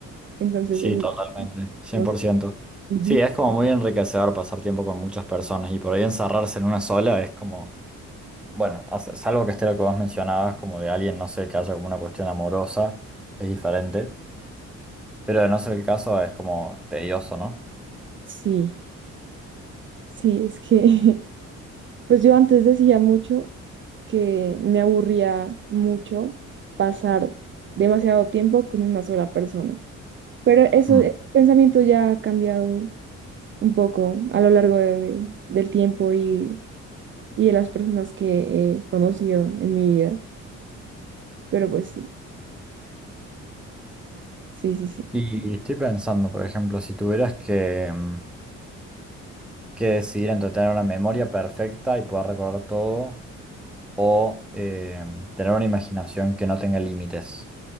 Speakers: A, on the right (about 40°); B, in the centre.
A: Entonces,
B: Sí,
A: es,
B: totalmente, cien
A: como-
B: por ciento.
A: ujú.
B: Sí, es como muy enriquecedor pasar tiempo con muchas personas y por ahí encerrarse en una sola es como, bueno, as- salvo que esté lo que vos mencionabas, como de alguien, no sé, que haya como una cuestión amorosa, es diferente, pero de no ser el caso es como tedioso, ¿no?
A: Sí, sí, es que, <laughs> pues yo antes decía mucho que me aburría mucho pasar demasiado tiempo con una sola persona, pero eso,
B: Mm.
A: ese pensamiento ya ha cambiado un poco a lo largo de- de- del tiempo y, y de las personas que he conocido en mi vida, pero pues sí, sí, sí, sí.
B: Y estoy pensando, por ejemplo, si tuvieras que, mm, que decidir entre tener una memoria perfecta y poder recordar todo o eh, tener una imaginación que no tenga límites.